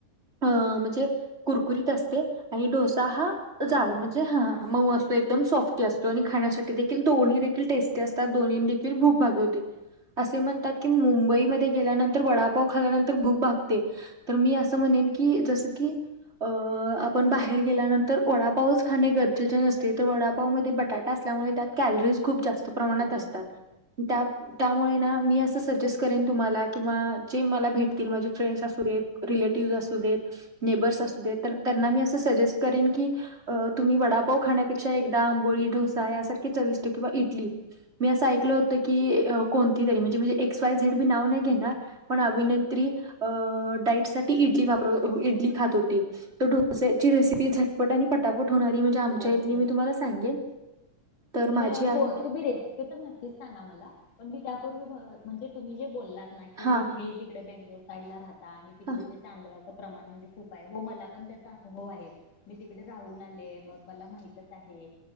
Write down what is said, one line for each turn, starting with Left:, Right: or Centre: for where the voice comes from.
Right: अ म्हणजे कुरकुरीत असते आणि डोसा हा जाड
Left: हो
Right: म्हणजे हां
Left: हा
Right: मऊ
Left: बरोबर
Right: असतो एकदम सॉफ्ट असतो आणि खाण्यासाठी देखील दोन्ही देखील टेस्टी असतात दोन्ही देखील भूक भागवते. असे म्हणतात की, मुंबईमध्ये गेल्यानंतर, वडापाव खाल्यानंतर, भूक भागते. तर मी असं म्हणेन की, जस की, अ आपण बाहेर गेल्यानंतर वडापावच खाणे गरजेचे नसते, तर वडापाव मध्ये, बटाटा असल्यामुळे, त्यात कॅलरीज खूप जास्त प्रमाणात
Left: हो
Right: असतात, त्या त्यामुळे ना, मी असं सजेस्ट करेन, तुम्हाला किंवा जे मला भेटतील, माझे फ्रेंड्स असू देत, रिलेटिव्ह अस देत, नेबर्स असूदे, तर त्यांना मी, अस सजेस्ट करेन, की तुम्ही वडापाव खाण्यापेक्षा, एकदा आंबोळी, ढोसा यासारखी चवीष्ट किंवा इडली मी असं ऐकलं होतं की, कोणती ताई, म्हणजे जे एक्स वाय झेड, मी नाव नाही घेणार. पण
Left: हा
Right: अभिनेत्री, अ डाईट साठी, इडली वापर, इडली खात होती. तो ढोस्याची रेसिपी, झटपट आणि पटापट होणारी, म्हणजे आमच्या
Left: होय
Right: इथली,
Left: होय.
Right: मी तुम्हाला सांगेन. माझी
Left: तर
Right: आई
Left: होय, तु बी रे तर नक्कीच सांगा मला, पण मी त्यापूर्वी, ब म्हणजे तुम्ही जे बोललात ना की,
Right: हां,
Left: तुम्ही तिकडे बेंगलोर साईड ला, राहता आणि तिकडे
Right: हां.
Left: जे तांदळाच प्रमाण, म्हणजे खूप आहे, हो मला पण त्याचा अनुभव आहे. मी तिकडे राहून आले, मग मला माहितच आहे,